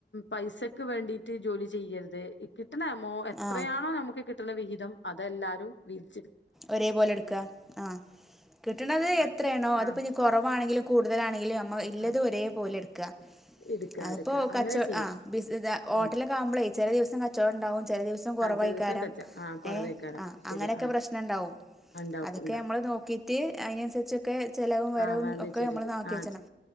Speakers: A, on the left; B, in the centre.
A: പൈസക്ക് വേണ്ടിയിട്ട് ജോലി ചെയ്യരുത് <unintelligible> കിട്ടണ എമൗ എത്രയാണോ
B: ആ
A: നമുക്ക് കിട്ടുന്ന വിഹിതം അതെല്ലാരും വീതിച്ചെടുക്കുക
B: ഒരേ പോലെ എടുക്കുക ആ കിട്ടണത്
A: ആ
B: എത്രയാണോ അതിപ്പ
A: ആ
B: ഇനി കുറവാണെങ്കിലും കൂടുതലാണെങ്കിലും നമ്മ ഇല്ലത്
A: ആ
B: ഒരേ പോലെ എടുക്കുക
A: എടുക്ക
B: അതിപ്പോ
A: എടുക്ക അങ്ങനെ
B: കച്ചം
A: ചെയ്യാ
B: ആഹ് ബിസി ഹോട്ടലൊക്കെ
A: ഉം
B: ആവുമ്പോളേ ചെല ദിവസം കച്ചവടം ഉണ്ടാവും ചെല ദിവസം കുറവായിക്കാരം
A: ആ ചില ദിവസം കച്ച ആ കുറവേക്കാരം
B: ഏഹ് ആഹ്
A: ശരിയാ
B: അങ്ങനെയൊക്കെ
A: ആ
B: പ്രശ് നംണ്ടാവും
A: ഉണ്ടാവും
B: അതൊക്കെ
A: ഉണ്ടാവും
B: നമ്മള് നോക്ക്ട്ട് അതിനനുസ ട്ട് ഒക്കെ ചെലവും വരവും
A: ആ വേണ്ട
B: ഒക്കെ
A: ശരി
B: നമ്മൾ നോക്കി
A: ആ
B: വച്ചണം